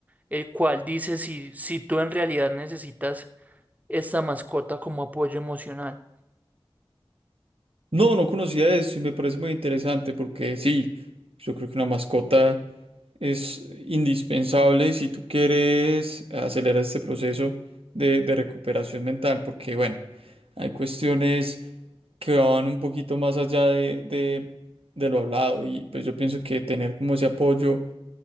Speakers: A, on the right (about 15°); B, on the right (about 85°).
A: el cual dice si, si tú en realidad necesitas esta mascota como apoyo emocional.
B: No, no conocía eso y me parece muy interesante porque sí, yo creo que una mascota es indispensable si tú quieres acelerar este proceso de, de recuperación mental, porque bueno, hay cuestiones que van un poquito más allá de, de de lo hablado y pues yo pienso que tener como ese apoyo